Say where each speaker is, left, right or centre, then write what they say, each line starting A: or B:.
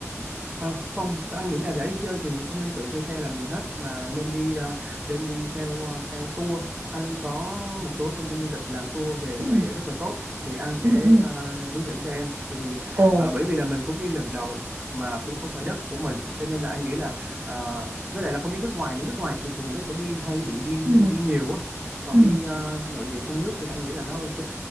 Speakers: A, on the right (about 20°); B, on the right (about 85°).
A: À, không, anh nghĩ là để đi chơi thì mình không nên tự thuê xe làm gì hết mà nên đi à, nên đi theo à, theo tour. Anh có một số công ty du lịch làm tour về
B: ừ
A: nội địa rất là tốt thì anh sẽ
B: ừ ừ
A: à, hướng dẫn cho em. Thì
B: ồ
A: à, bởi vì là mình cũng đi lần đầu mà cũng không phải đất của mình cho nên là anh nghĩ là à, với lại là không đi nước ngoài nữa. Nước ngoài thì thường là nó sẽ đi hay bị đi
B: ừ
A: đi nhiều á. Còn
B: ừ
A: đi à, nội địa trong nước thì anh nghĩ là nó ok.